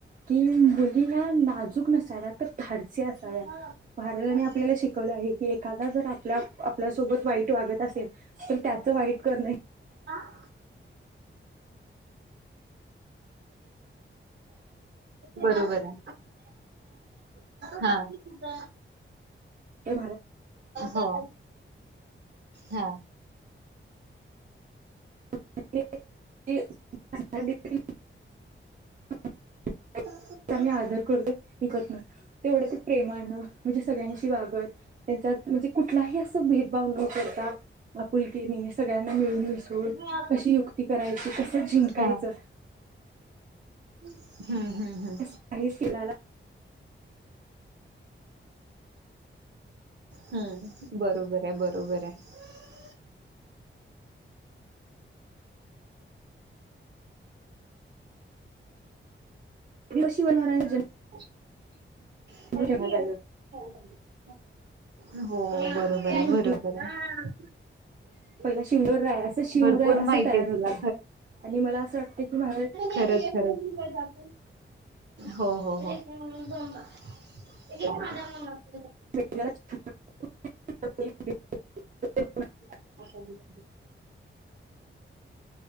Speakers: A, on the right; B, on the right.
A: की मुली या ना जुक नसाव्यात. तर धाडसी असाव्या.
B: दोघांचं
A: महाराजांनी आपल्याला शिकवले आहे की एखादा जर आपल्या आपल्यासोबत वाईट ट वागत असेल तर त्याच वाईट करणं ही
B: <unintelligible> हं. बरोबर आहे. हां, <inaudible>
A: हे
B: हो. हा.
A: <unintelligible> त्यांचा
B: सांग
A: मी आदर करते. विकतन, तेवढं ते प्रेमानं म्हणजे सगळ्यांशी वागत त्यांच्यात म्हणजे कुठलाही असा भेदभाव न करता आपुलकीनी सगळ्यांना मिळून मिसळून
B: हा
A: कशी युक्ती करायची? कसं जिंकायचं?
B: हम्म <inaudible>
A: <unintelligible>
B: हम्म हं, बरोबर आहे, बरोबर आहे.
A: <unintelligible>
B: <inaudible> थँक
A: ठेवण्यात
B: यू,
A: आलं
B: थँक यू. हो. बरोबर
A: तर मृत्यू
B: आहे, बरोबर आहे.
A: पहिला शिंगोर रायाच शिवराय
B: भरपूर
A: असं
B: माहिती
A: तयार
B: आहे
A: होत
B: तुला
A: आणि मला असं वाटत की महाराज
B: खरच खरच, हो हो हो. <unintelligible>
A: <inaudible>
B: <inaudible>